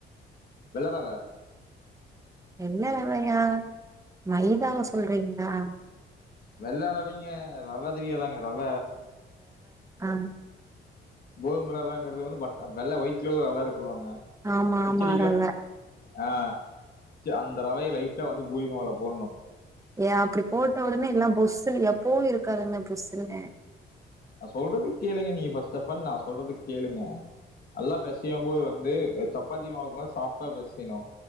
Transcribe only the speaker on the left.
வெள்ள ரவ <unintelligible>
வெள்ளரவைங்க ரவ தெரியாதாங்க ரவ
கோதும ரவங்கறது பட்ட வெள்ள ஒயிட் கலர்ல ரவ இரு சொல்வாங்க <inaudible>
கிச்சடி
அ அந்த ரவய லைட்டா வந்து பூரிமாவுல போணும்
நா சொல்றத கேளுங்க நீங்க ஃபர்ஸ்ட் ஆஃப் ஆல் நா சொல்றத கேளுங்க நல்லா பெசையும்போது வந்து சப்பாத்தி மாவுக்குமது சாப்டா பெசைணும்